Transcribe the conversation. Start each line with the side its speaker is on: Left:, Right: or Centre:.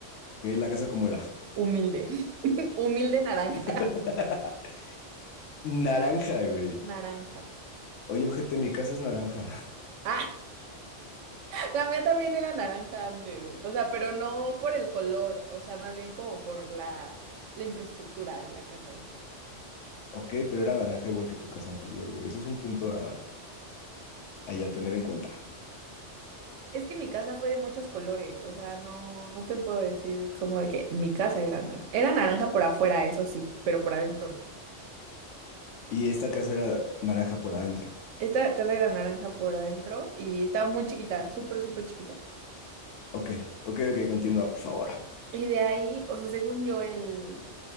Left: Ve la casa como era.
Right: Humilde. <laughs> Humilde naranja.
Left: <laughs> Naranja, güey.
Right: Naranja.
Left: Oye, ojete, mi casa es naranja. <laughs>
Right: Ah, <laughs> la mía también era naranja antes. O sea, pero no por el color, o sea, más bien como por la, la infraestructura de la casa, dices tú.
Left: Ok, pero era naranja igual que tu casa anterior, güey. Eso es un punto a, a ya tener en cuenta.
Right: Es que mi casa fue de muchos colores, o sea, no, no te puedo decir como de que mi casa era naranja. Era naranja por afuera, eso sí, pero por adentro no.
Left: Y esta casa era naranja por adentro.
Right: Esta casa era naranja por adentro y estaba muy chiquita, súper, súper chiquita.
Left: Ok, ok, ok, continúa, por favor.
Right: Y de ahí, o sea, según yo, el,